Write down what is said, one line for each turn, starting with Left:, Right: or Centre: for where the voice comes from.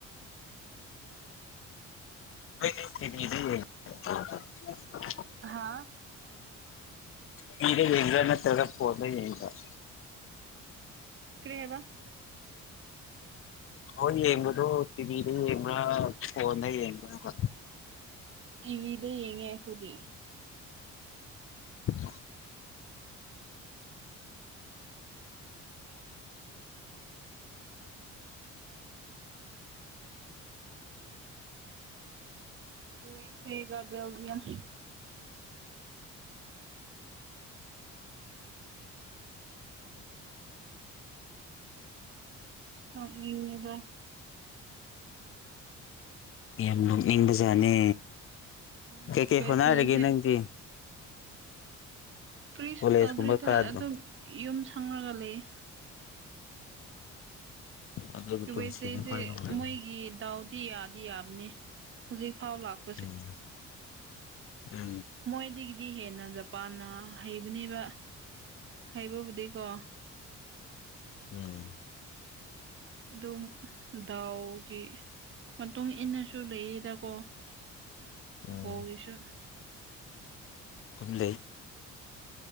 Left: ꯅꫭꯏꯗꯤ ꯇꯤꯕꯤꯗ ꯌꯦꯡ ꯑ <unintelligible>
Right: ꯍꯥꯥ
Left: ꯇꯤꯕꯤꯗ ꯌꯦꯡꯉꯤꯔ ꯅꯠꯇꯔꯒ ꯐꫭꯟꯗ ꯌꯦꯡꯉꯤꯔ
Right: ꯀ꯭ꯔꯤ ꯍꯥꯏꯕ
Left: ꯕꫭꯜ ꯌꯦꯡꯕꯗꯣ ꯇꯤꯚꯤꯗ ꯌꯦꯡꯕ꯭ꯔꯥ ꯐꯣꯟꯗ ꯌꯦꯡꯕꯔꯕ
Right: ꯇꯤꯚꯤꯗ ꯌꯦꯡꯉꯦ ꯑꯩꯈꯣꯏꯗꯤ
Left: ꯑ <unintelligible>
Right: ꯌꯨ ꯑꯦꯁ ꯑꯦꯒ ꯕꯦꯜꯖꯤꯌꯝ ꯅꫭꯛꯅꯤꯡꯉꯤꯗ
Left: ꯌꯥꯝ ꯂꯣꯛꯅꯤꯡꯕꯖꯥꯠꯅꯦ
Right: ꯎꯝ
Left: ꯀꯩꯀꯩ
Right: ꯌꯨ ꯑꯦꯁ
Left: ꯍꯣꯠꯅꯔꯤꯒꯦ
Right: ꯑꯦꯁꯦ
Left: ꯅꯪꯗꯤ
Right: ꯀꯔꯤꯁꯨ
Left: ꯀꯣꯂꯦꯖꯀꯨꯝꯕ
Right: ꯇꯧꯗ꯭ꯔꯦꯗ
Left: ꯀꯥꯗꯣ
Right: ꯑꯗꯨꯝ ꯌꯨꯝ ꯁꯪꯉ꯭ꯔꯒ ꯂꯩꯌꯦ
Left: ꯑꯗꯨꯒꯤ
Right: ꯌꯨ
Left: ꯄꯨꯟꯁꯤꯅ
Right: ꯑꯦꯁ ꯁꯦꯖꯦ
Left: ꯈ꯭ꯋꯥꯏ ꯅꯨꯡꯉꯥꯏ
Right: ꯃꯣꯏꯒꯤ ꯗꯥꯎꯗꯤ ꯌꯥꯗꯤ ꯌꯥꯕꯅꯦ ꯍꯧꯖꯤꯛꯐꯥꯎ ꯂꯥꯛꯄ
Left: ꯎꯝ ꯎꯝ
Right: ꯃꯣꯏꯗꯒꯤꯗꯤ ꯍꯦꯟꯅ ꯖꯄꯥꯟꯅ ꯍꯩꯕꯅꯦꯕ ꯍꯩꯕꯕꯨꯗꯤꯀꯣ
Left: ꯎꯝ
Right: ꯑꯗꯨꯝ ꯗꯥꯎꯒꯤ ꯃꯇꯨꯡ ꯏꯟꯅꯁꯨ ꯂꯩꯌꯦꯗꯀꯣ
Left: ꯎꯝ
Right: ꯕꯣꯜꯒꯤꯁꯨ
Left: ꯑꯗꯨꯝꯂꯩ